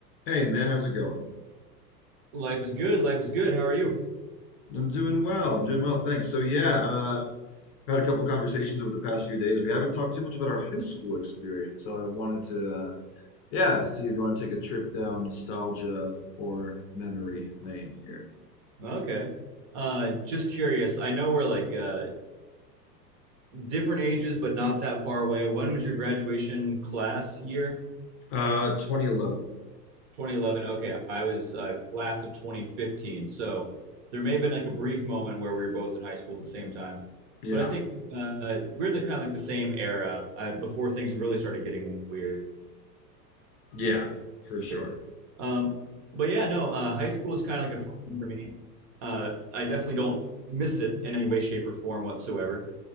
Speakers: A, on the left (about 35°); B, on the right (about 45°).
A: Hey man, how's it going?
B: Life is good. Life is good. How are you?
A: I'm doing well. I'm doing well, thanks. So yeah, uh, had a couple conversations over the past few days. We haven't talked too much about our high school experience, so I wanted to, uh, yeah, see if you want to take a trip down nostalgia or memory lane here.
B: Okay. Uh, just curious. I know we're like uh, different ages, but not that far away. When was your graduation class year?
A: Uh, 2011.
B: 2011. Okay, I was uh, class of 2015. So there may have been like a brief moment where we were both in high school at the same time.
A: Yeah,
B: But I think uh, we're the kind of like the same era uh, before things really started getting weird.
A: yeah, for sure.
B: weird. Um, but yeah, no, uh, high school is kind of like a fun thing for me. Uh, I definitely don't miss it in any way, shape, or form whatsoever.